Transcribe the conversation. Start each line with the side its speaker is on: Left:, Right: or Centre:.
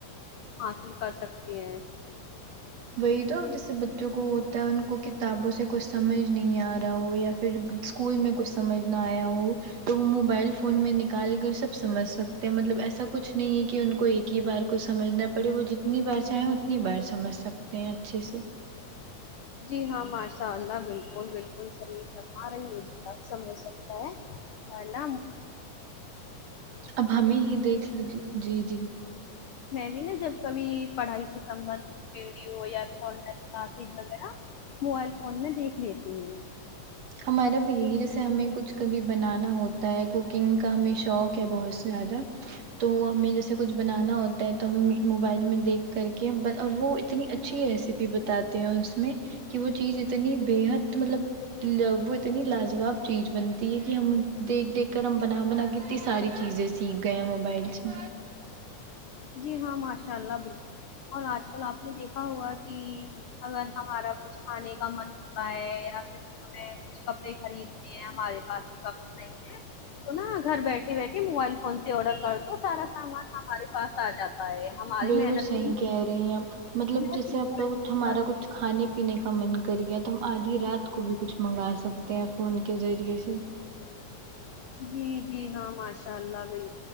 Left: حاصل کر سکتی ہیں
Right: وہی تو جیسے بچوں کو ہوتا ہے ان کو کتابوں سے کچھ سمجھ نہیں آ رہا ہو یا پھر اسکول میں کچھ سمجھ نہ آیا ہوں تو وہ موبائل فون میں نکال کر سب سمجھ سکتے ہیں مطلب ایسا کچھ نہیں ہے کہ ان کو ایک کی بار کو سمجھنا پڑے وہ جتنی بار چاہیں اتنی بار سمجھ سکتے ہیں اچھے سے
Left: جی ہاں ماشاء اللہ بالکل بالکل صحیح فرمارہی ہو سمجھ سکتا ہے اور نہ ہم
Right: اب ہمیں ہی دیکھ لیجیے جی جی
Left: میں بھی نا جب کبھی پڑھائکے سمبہا ندھ ویڈیو یا پھر آن لائن کلاسز وغیرہ موبائل فون میں دیکھ لیتی ہوں
Right: ہمارا بھی یہی جیسے ہمیں کچھ کبھی بنانا ہوتا ہے کوکنگ کا ہمیں شوق ہے بہت سے زیادہ تو ہمیں جیسے کچھ بنانا ہوتا ہے تو ہم موبائل میں دیکھ کر کے اور وہ اتنی اچھی ریسیپی بتاتے ہیں اس میں کی وہ چیز اتنی بےحد مطلب لؤ وہ اتنی لاجواب چیز بنتی ہے کہ ہم دیکھ دیکھ کر ہم بنا بنا کےا تنی ساری چیزیں سیکھ گیے موبائل سے
Left: جی ہاں ماشاء اللہ بلکل اور آج کل آپ نے دیکھا ہوگا کی اگر ہمارا کچھ کھانے کا من ہوتا ہے یا پھر ہمیں کچھ کپڑے خریدنے ہیں ہمارے پاس تو کپڑے ہی نیہی ہے تو نا گھر بیٹھے بیٹھیے موبائل فون سے آڈر کر دو سارا سامان ہمارے پاس آ جاتا ہے ہماری
Right: بالکل
Left: محنت
Right: صحیح کہہ رہی ہیں آپ مطلب
Left: محنت
Right: جیسے
Left: بھی نہیں
Right: آپکا کچھ
Left: کرتا
Right: ہمارا کچھ کھانے پینے کا من کر گیا تو ہم آدھی رات کو بھی کچھ منگا سکتے ہیں فون کے ذریعے سے
Left: جی جی ہاں ماشاء آلہ بھائی